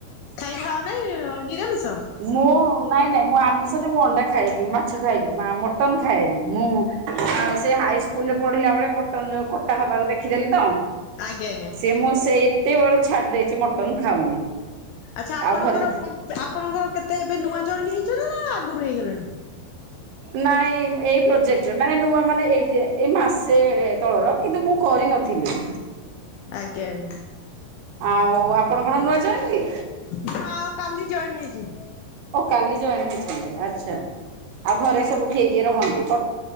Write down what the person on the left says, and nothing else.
ଖାଇ ଖାଅନାଇଁ ନିରାମିଷ।
ଆଜ୍ଞା ଆଜ୍ଞା
ଆଚ୍ଛା ଆପଣଙ୍କର
ଆପଣଙ୍କର କେତେ ଏବେ ନୂଆ ଜଏନ ହେଇଛନ୍ତି ନା ଆଗରୁ ହେଇଗଲାଣି।
ଆଜ୍ଞା ଆଜ୍ଞା
ମୁଁ ଆଉ କାଲି ଜଏନ୍ ହେଇଛି।